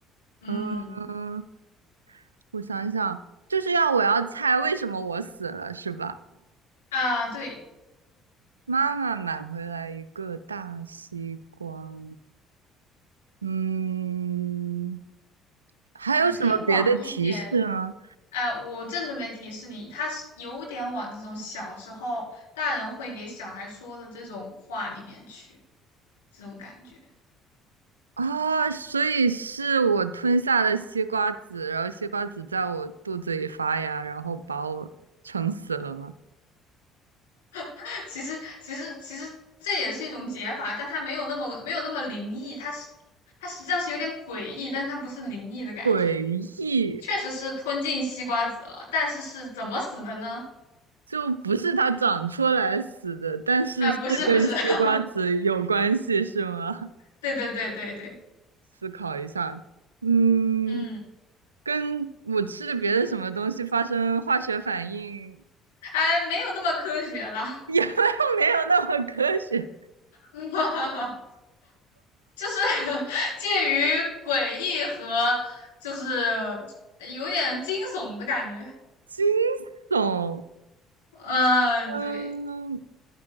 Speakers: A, on the left; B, on the right.
A: 嗯，
B: 嗯，我想想，就是要我要猜为什么我死了，是吧？
A: 啊，对，
B: 妈妈买回来一个大西瓜。嗯，还有什么别的提示吗？
A: 你可以往一点哎，我正准备提示你，他是有点往这种小时候大人会给小孩说的这种话里面去，这种感觉。
B: 啊，所以是我吞下了西瓜籽，然后西瓜籽在我肚子里发芽，然后把我撑死了吗？
A: <laughs> 其实，其实，其实这也是一种解法，但它没有那么没有那么灵异，它是它实际上是有点诡异，但它不是灵异的感觉。
B: 诡异，
A: 确实是吞进西瓜籽了，但是是怎么死的呢？
B: 就不是它长出来死的，但是是跟西瓜籽有关系，
A: 哎，不是，不是，<laughs>
B: 是吗？
A: 对对对对对，
B: 思考一下，嗯，
A: 嗯，
B: 跟我吃的别的什么东西发生化学反应，
A: 哎，没有那么科学了。
B: 也 <laughs> 没有没有那么科学，
A: <laughs> 就是 <laughs> 介于诡异和就是有点惊悚的感觉。
B: 惊悚，
A: 嗯，
B: 嗯。
A: 对，